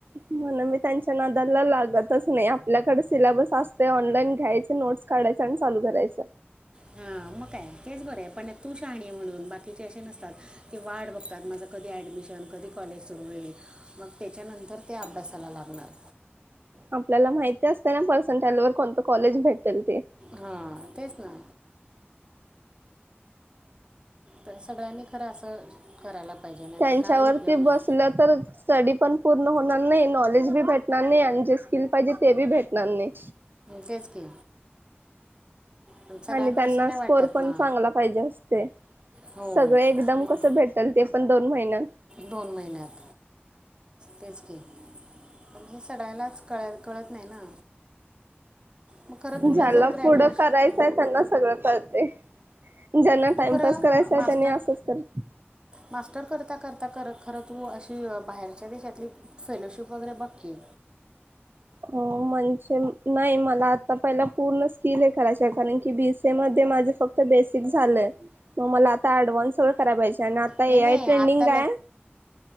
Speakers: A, on the right (about 55°); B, on the right (about 25°).
A: म्हणून मी त्यांच्या नादाला लागतच नाही आपल्याकड सिलॅबस असते ऑनलाईन घ्यायच नोट्स काढायच आणि चालू करायच.
B: हम्म. मग काय तेच बर ये पण तू शहाणी आहे म्हणून बाकीचे असे नसतात ते वाट बघतात माझं कधी ऍडमिशन माझ कधी कॉलेज सुरू होईल मग त्याच्यानंतर ते अभ्यासाला लागणार.
A: आपल्याला माहिती असते ना परसेंटेज वर कोणत कॉलेज भेटेल ते
B: हा तेच ना. तर सगळ्यांनी खरं असं करायला पाहिजे नाही
A: त्यांच्यावरती
B: तर काही उपयोग नाही
A: बसलं तर स्टडी पण पूर्ण होणार नाही नॉलेज बी भेटणार नाही आणि जे स्किल पाहिजे ते बी भेटणार नाही.
B: तेच की पण सगळ्यांना
A: आणि त्यांना
B: असं नाही वाटत
A: स्कोर पण
B: ना
A: चांगला पाहिजे असते.
B: हो
A: सगळ एकदम
B: मग
A: कस भेटल. ते पण दोन महिन्यात.
B: दोन महिन्यात तेच की. पण हे सगळ्यांनाच कळायाला कळत नाही ना मग खरं तुला
A: ज्याला
B: जर ग्रॅज्युएशन
A: पुढं करायचंय त्यांना सगळं कळतंय. ज्यांना
B: तू
A: टाइमपास
B: खरं
A: करायचा
B: मास्टर
A: आहे त्यांनी असंच करा
B: मास्टर करता-करता कर खर तू अशी. बाहेरच्या देशातली फेलोशिप वगैरे बघ की.
A: हो म्हणजे. नाही मला आता पहिला पूर्ण स्किल करायच कारण की बी. सी ए मध्ये माझं सगळं फक्त बेसिक झालंय. मग मला आता ऍडव्हान्स करायला पाहिजे. आणि आता ए
B: नाही
A: आय
B: नाही
A: ट्रेंडिंग
B: आत्ता
A: आहे.